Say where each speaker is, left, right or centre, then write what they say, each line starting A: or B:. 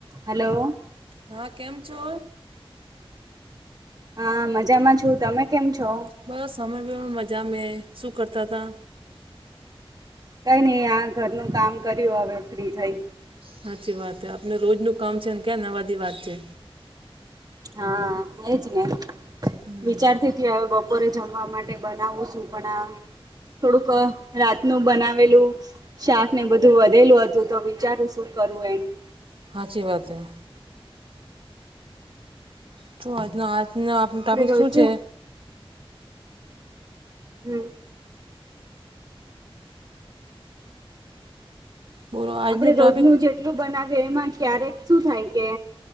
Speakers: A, on the right; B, on the right.
A: Hello.
B: હા, કેમ છો?
A: હા, મજામાં છું. તમે કેમ છો?
B: બસ, અમે મજા માં શું કરતા હતા?
A: કઈ નઈ, આ ઘરનું કામ કર્યું, હવે ફ્રી થઈ.
B: સાચી વાત. હ, આપને રોજ ન કામ છે ને, ક્યા નવા વાત છે.
A: હા, એજ ને,
B: હમ
A: વિચારતી હવે બપોરે. જમવા માટે બનાવો છું, પણ આ થોડુંક રાતનું બનાવેલું શાક ને, બધું વધેલું હતું તો, વિચારું શું કરું, એનું.
B: સાચી વાત હ. શ આજનો આજનો આપનો
A: આપણે
B: ટાપિક
A: રોજે
B: શું છે?
A: હમ.
B: બોલો આજનું
A: આપણે
B: ટોપિક
A: રોજનું જેટલું બનાવીએ, એમાં ક્યારેક શું થાય કે,